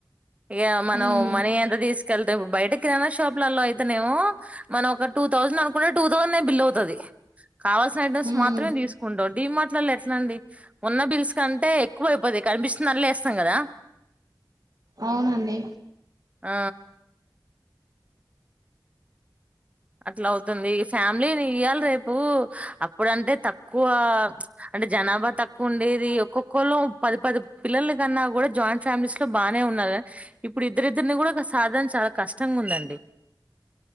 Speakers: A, on the right (about 15°); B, on the right (about 50°).
A: ఇక మనం
B: ఉమ్
A: మనీ ఎంత తీసుకెళ్తే, బయట కిరాణా షాపులలో, అయితేనేమో, మనం ఒక టూ థౌజండ్ అనుకుంటే, టూ తోసండే బిల్ అవుతది. కావల్సిన ఐటమ్స్
B: ఉమ్
A: మాత్రమే తీసుకుంటాం. డి మార్ట్ ఎట్లా అండి మొత్తం పిలిస్ కంటే ఎక్కువ అయిపోది కనిపిస్తున్ దాంట్లో వేస్తారా
B: అవునండి
A: ఆ అట్లా అవుతుంది. ఇగ ఫ్యామిలీని ఇయ్యాల రేపు అప్పుడంటే తక్కువ. అంటే జనాభా తక్కువ ఉండేది. ఒక్కొక్కళ్ళ పది పది పిల్లల కన్నా, కూడా జాయింట్ ఫ్యామిలీస్ లో, బాగానే ఉన్నారు. ఇప్పుడు ఇద్దరిద్దరిని కూడా ఒక సాధనం చాలా కష్టంగా ఉందండి.